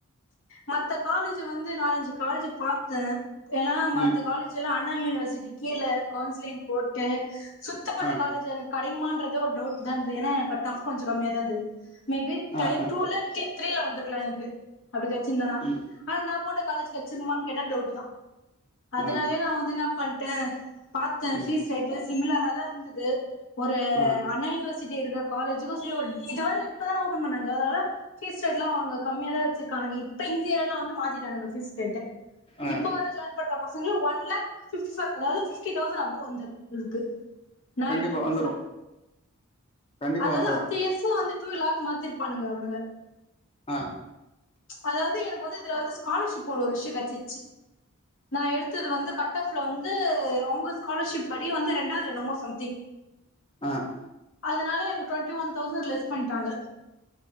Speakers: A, on the left; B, on the left.
A: மத்த காலேஜ் வந்து நாலஞ்சு காலேஜ் பாத்தேன் ஏன்னா மத்த
B: ம்
A: காலேஜ் எல்லாம் அண்ணா யூனிவர்சிட்டி கீழ கவுன்சிலிங் போட்டேன் சுத்தப்பட்ட
B: ஆ
A: காலேஜ் எனக்கு கிடக்குமான்றது ஒரு டவுட் தா ஏன்னா கட் ஃப் கொஞ்சம் கம்மியா தான் இருந்தது மேபி
B: ஆ
A: டை
B: ஆ
A: டுள த்ரிள வந்து க்கலா எனக்கு அப்டித சின்னனா
B: ம்
A: ஆ நா போட்ட காலேஜ் கச்சிருமான்னு கேட்ட டவுட் தான் அதனாலயே
B: ஆ
A: நா வந்து நா பண்ட் ட பாத்தன்
B: ம்
A: பீஸ் ரெட்ரஸ் சிமிலரா தா இருந்தது ஒரு
B: ஆ
A: அண்ணா யூனிவஸ் சிட்டி இருக்க காலேஜிக்கு ச் ஓ டி இது வேர இப்பதான ஓபன் பண்ணாங்க அதனால பீஸ் ரேட்டலாம் அவங்க கம்மியா தான் வச்சிரு கங்கி இப்ப இந்தயியர்ல வந்து மா த்திடானுக பீஸ் பெட்டா
B: ஆ
A: இப்ப வர ஜாயின் பண்ற பசங்கள ஒன் லாக் பிப்டி போர் அதாவது பிப்டி தொசன் அபோவ் வந்து இருக்கு நா
B: கண்டிப்பா
A: எடுத்து கோர்ஸ்
B: வந்துரு கண்டிப்பா
A: அதாவது
B: வந்துரு
A: <unintelligible> டூ லக்கு மாத்திருப்பானுங்க அவனுங்க
B: ஆ
A: அதாவது எனக்கு வந்து இதுல வந்து ஸ்காலர்ஷிப் போ ஒரு விஷயம் கெச்சிச்சு நா எடுத்தது வந்து கட் ஆப்ல து உ அவங்க ஸ்காலர்ஷிப் படி வந்து ரெண்டாது என்னமோ சம்திங்
B: அன்
A: அதனால எனக்கு டொண்டி ஒன் தௌசண்ட் லெஸ் பண்ட்டாங்க